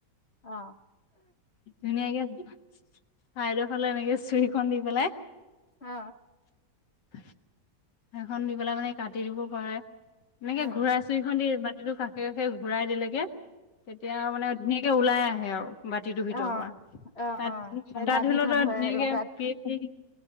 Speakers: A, on the left; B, on the left.
A: অ
B: ধুনীয়াকে চাইদৰ ফালে এনেকে চুৰিখন নি পেলাই
A: অ।
B: <inaudible> সেইখন নি পেলাই মানে কাটি দিব পাৰে। এনেকে
A: অ
B: ঘূৰাই চুৰি খন দি মান টো কাষে কাষে ঘূৰাই দিলেগে। তেতিয়া মানে ধুনীয়াকে ওলাই আহে আৰু। বাতিটোৰ ভিতৰৰ
A: অ
B: পৰা
A: অ
B: তাত
A: অ
B: <unintelligible>
A: লাগি নধৰে
B: ধুনীয়াকে
A: আৰু তাত
B: <unintelligible>